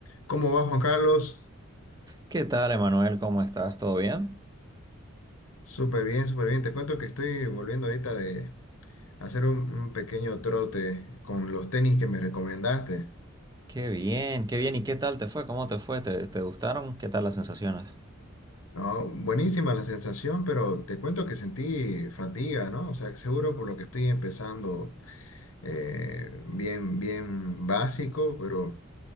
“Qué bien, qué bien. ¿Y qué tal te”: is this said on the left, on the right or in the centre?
Right